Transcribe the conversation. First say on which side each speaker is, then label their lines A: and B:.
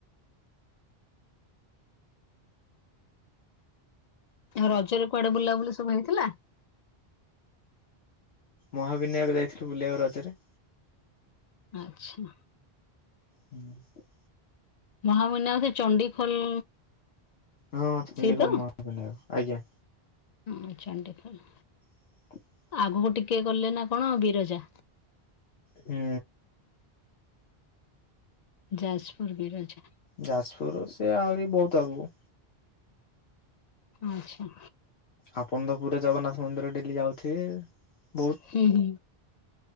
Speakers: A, on the left; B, on the left.
A: ରଜରେ କୁଆଡ଼େ ବୁଲା ବୁଲି ସବୁ ହେଇଥିଲା
B: ମହାବିନାୟକ ଯାଇଥିଲୁ ବୁଲିବାକୁ ରଜରେ
A: ଆଛା
B: ହୁଁ
A: ମହାବିନାୟକ ଚଣ୍ଡିଖୋଲ
B: ହଁ ଚଣ୍ଡିଖୋଲ
A: ସେଇ ତ
B: ମହାବିନାୟକ ଆଜ୍ଞା
A: ହଁ ଚଣ୍ଡିଖୋଲ
B: <inaudible>
A: ଆଗୁକୁ ଟିକେ ଗଲେ ନା କଣ ବିରଜା
B: ଉଁ
A: ଯାଜପୁରୁ ବିରଜା
B: ଯାଜପୁରୁ ସେ ଆହୁରି ବହୁତ ଆଗକୁ
A: ଆଛା
B: ଆପଣ ତ ପୁରା ଜଗନ୍ନାଥ ମନ୍ଦିର ଡେଲି ଆଉଥିବେ ବହୁତ
A: ହୁଁ ହୁଁ